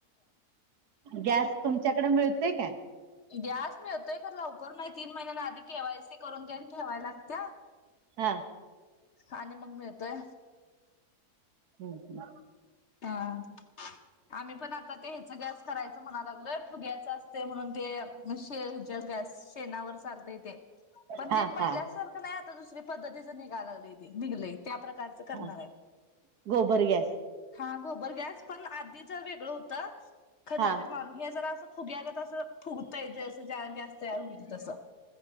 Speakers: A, on the right (about 70°); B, on the left (about 55°).
A: गॅस तुमच्याकडे मिळत ते काय
B: गॅस मिळतोय खरं लवकर तीन महिन्यांना आधी केवायसी करून दे ठेवाय लागत.
A: हा
B: आणि मग मिळतोय.
A: हम् हम
B: हा आम्ही पण आता ते ह्याच जास्त करायच म्हणाय लागलोय फुग्यायच असते म्हणून ते शे जल अस शेणावर चालतय ते पण
A: हा
B: ते पहिल्यासारख
A: हा
B: नाही. दुसरी पद्धतीच निघाय लाग निघ त्या प्रकारचं करणार
A: हा गोबर गॅस
B: हां गोबर गॅस पण आधी जर वेगळं होत खड्डा
A: हा
B: तेन मारुन हे जरा असं फुग्या गत अस फुगतय जसा गॅस तयार होईल तस,